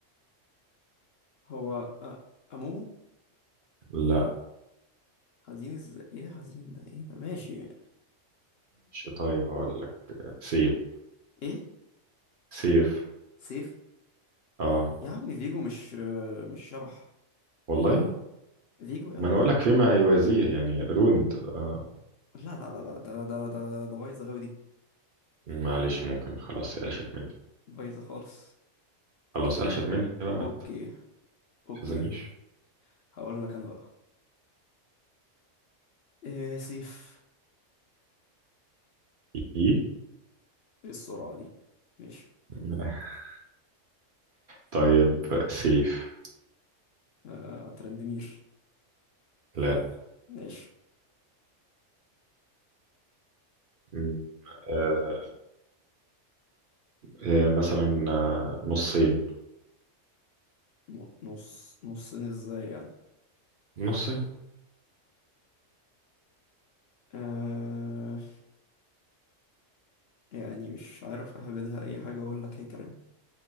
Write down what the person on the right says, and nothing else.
لا
مش طيب هقول لك آه، سيف
سيف
اه
والله
ما انا اقول لك فيما يوازيه يعني روند آه.
معلش ممكن خلاص قلشت مني
خلاص قلشت مني بقى ما
تحزنيش
ايه
<laughs> طيب سيف
لا
م- آه. آه. مثلا آه، نصين
نصين